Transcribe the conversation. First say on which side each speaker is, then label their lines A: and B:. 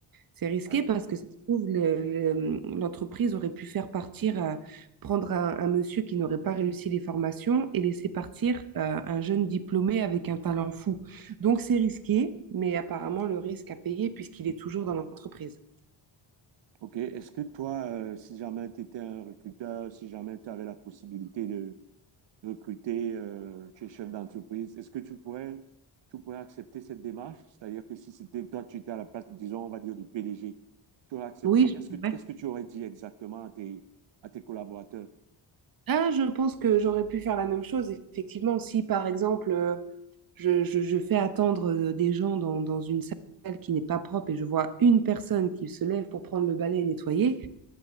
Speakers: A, on the right; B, on the right.
A: C'est risqué
B: ouais.
A: parce que ça se trouve, le- le- l'entreprise aurait pu faire partir, euh, prendre un, un monsieur qui n'aurait pas réussi les formations et laisser partir euh, un jeune diplômé avec un talent fou. Donc c'est risqué, mais apparemment le risque à payer puisqu'il est toujours dans l'entreprise.
B: Ok. Est-ce que toi, euh, si jamais tu étais un recruteur, si jamais tu avais la possibilité de recruter, euh, tu es chef d'entreprise, est-ce que tu pourrais, tu pourrais accepter cette démarche? C'est-à-dire que si c'était toi, tu étais à la place, disons, on va dire, du PDG, tu aurais accepté.
A: Oui,
B: Qu'est-ce que, qu'est-ce
A: je-
B: que tu aurais dit exactement à tes, à tes collaborateurs?
A: Ah, je pense que j'aurais pu faire la même chose, effectivement, si par exemple euh, je, je- je fais attendre euh, des gens dans, dans une salle qui n'est pas propre et je vois une personne qui se lève pour prendre le balai et nettoyer,